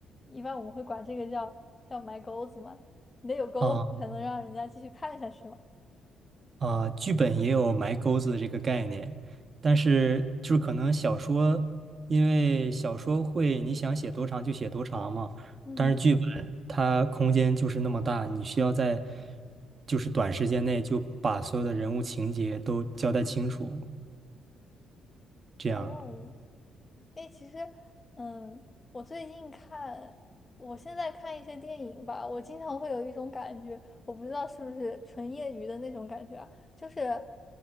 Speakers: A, on the left; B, on the right.
A: 一般我们会管这个叫叫埋钩子嘛，你得有钩子才能让人家继续看下去嘛。
B: 啊。啊，剧本也有埋钩子的这个概念，但是就是可能小说，因为小说会你想写多长就写多长嘛，
A: 嗯，
B: 但是剧本它空间就是那么大，你需要在就是短时间内就把所有的人物情节都交代清楚，这样。
A: 哦，哎，其实，嗯，我最近看，我现在看一些电影吧，我经常会有一种感觉，我不知道是不是纯业余的那种感觉啊，就是